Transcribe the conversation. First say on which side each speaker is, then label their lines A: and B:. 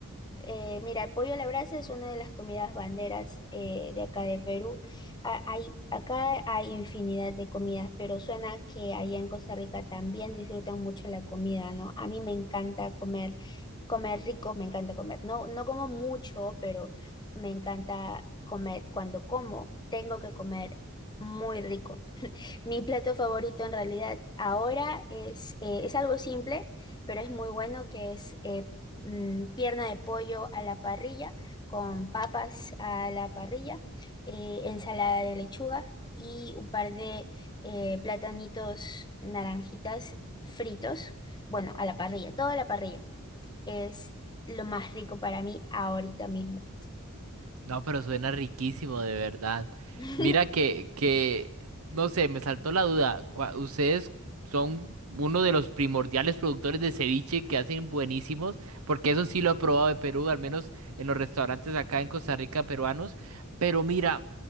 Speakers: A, on the left (about 20°); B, on the right (about 80°).
A: Eh, mira, el pollo a la brasa es una de las comidas banderas eh, de acá de Perú. A- hay, acá hay infinidad de comidas, pero suena que allá en Costa Rica también disfrutan mucho la comida, ¿no? A mí me encanta comer, comer rico, me encanta comer. No, no como mucho, pero me encanta comer. Cuando como, tengo que comer muy rico. Mi plato favorito en realidad ahora es, eh, es algo simple, pero es muy bueno, que es eh, mm, pierna de pollo a la parrilla, con papas a la parrilla, eh, ensalada de lechuga y un par de eh, platanitos naranjitas fritos, bueno, a la parrilla, todo a la parrilla. Es lo más rico para mí ahorita mismo.
B: No, pero suena riquísimo, de verdad.
A: <laughs>
B: Mira que, que, no sé, me saltó la duda. cua- Ustedes son uno de los primordiales productores de ceviche que hacen buenísimos, porque eso sí lo he probado de Perú, al menos en los restaurantes acá en Costa Rica peruanos. Pero mira,